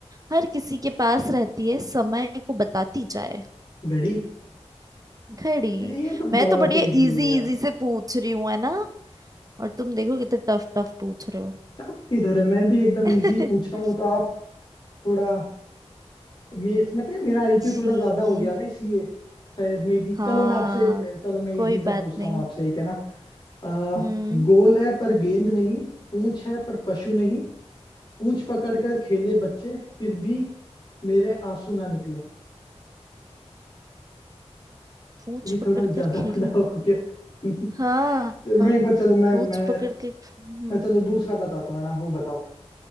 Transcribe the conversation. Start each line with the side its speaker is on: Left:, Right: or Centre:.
Right: हर किसी के पास रहती है समय को बताती जाए
Left: घड़ी
Right: घड़ी
Left: ये तो
Right: मैं
Left: बहुत
Right: तो बढ़िया
Left: इजी
Right: इजी
Left: है यार
Right: इजी से पूछ रही हूँ है ना और तुम देखो कितने टफ टफ पूछ रहे हो
Left: टफ किधर है मैं भी एकदम
Right: <laughs>
Left: इजी पूछ रहा हूँ वो तो आप थोड़ा मेरे मतलब मेरा आईक्यू
Right: ठीक
Left: थोड़ा ज्यादा हो
Right: है
Left: गया ना इसलिए शायद मे बी
Right: हाँ
Left: चलो मैं आपसे एक चलो मैं इजी
Right: कोई
Left: सा
Right: बात
Left: पूछता
Right: नहीं
Left: हूँ आपसे एक है ना आ,
Right: हम्म
Left: गोल है पर गेंद नहीं पूंछ है पर पशु नहीं पूंछ पकड़ कर खेले बच्चे फिर भी मेरे आंसू ना निकले
Right: पूछ
Left: ये
Right: पकड़
Left: थोड़ा ज्यादा
Right: कर खेला
Left: बड़ा हो गया <laughs> मैं
Right: हाँ
Left: एक बार चलो मैं
Right: पूछ
Left: मैं
Right: पकड़ के हम्म
Left: मैं चलो दूसरा बताता हूँ है ना वो बताओ